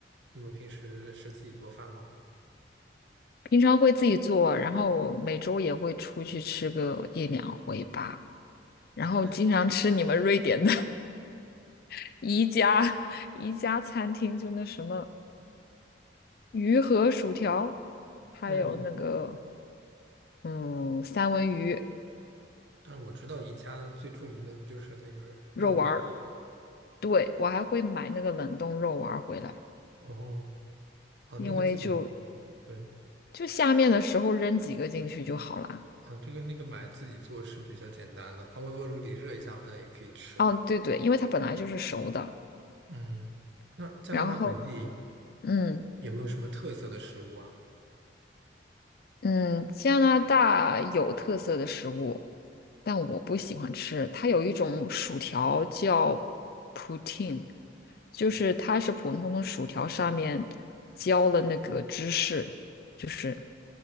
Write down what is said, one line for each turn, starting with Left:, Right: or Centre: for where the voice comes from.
Right: 你们平时是自己做饭吗？
Left: 平常会自己做，然后每周也会出去吃个一两回吧，然后经常吃你们瑞典的
Right: 但
Left: <laughs> 宜家宜家餐厅，就那什么。鱼和薯条，还有那个
Right: 但是宜
Left: 嗯三文鱼
Right: 但是我知道宜家最著名的不就是那个肉丸
Left: 肉丸儿。对，我还会买那个冷冻肉丸儿回来，
Right: 哦哦，啊那个自己
Left: 因为就
Right: 对。
Left: 就下面的时候扔几个进去就好啦。
Right: 啊，这个那个买自己做是比较简单的，放微波炉里热一下，好像也可以吃。
Left: 哦，对对，因为它本来就是熟的，
Right: 嗯，那加拿大本地
Left: 然后嗯。
Right: 有没有什么特色的食物啊？
Left: 嗯，加拿大有特色的食物，但我不喜欢吃。它有一种薯条叫 p u t i n e 就是它是普通的薯条上面浇了那个芝士，就是